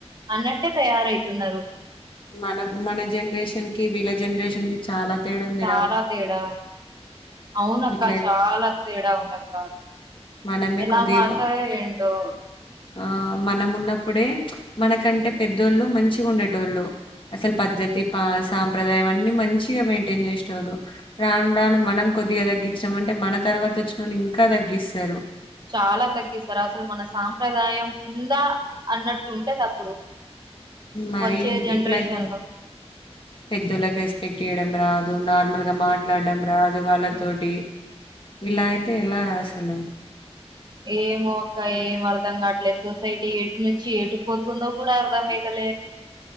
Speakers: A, on the right (about 40°); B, on the left (about 50°).
A: అన్నట్టే తయారవుతున్నారు
B: మన మన జనరేషన్ కి వీళ్ళ జనరేషన్ కి చాలా తేడా ఉందిరా
A: చాలా తేడా ఉంది అవును అక్క
B: ఇట్లా
A: చాలా తేడా ఉంది అక్క
B: మనమే
A: ఎలా
B: కొద్దిగా
A: మారుతారో ఏంటో
B: ఆ మనం ఉన్నప్పుడే మనకంటే పెద్దోళ్ళు మంచిగా ఉండేటోళ్ళు అసలు పద్ధతి పా సాంప్రదాయం అన్ని మంచిగా మెయింటైన్ చేసేటోళ్లు రాను రాను మనం కొద్దిగా తగ్గించాం అంటే మన తర్వాత వచ్చినోళ్లు ఇంకా తగ్గిస్తారు
A: చాలా తగ్గిస్తారు అసలు మన సాంప్రదాయం ఉందా అన్నట్టుంటది అప్పుడు
B: మరి
A: వచ్చే జనరేషన్
B: ఇట్లయితే
A: లో
B: పెద్దోళ్ళకి రెస్పెక్ట్ ఇయడం రాదు నార్మల్ గా మాట్లాడం రాదు వాళ్ళ తోటి ఇలా అయితే ఎలా రా అసలు
A: ఏమో అక్క ఏం అర్ధం కాట్లే సొసైటీ ఎటు నుంచి ఎటు పోతుందో కూడా అర్థం అయితలే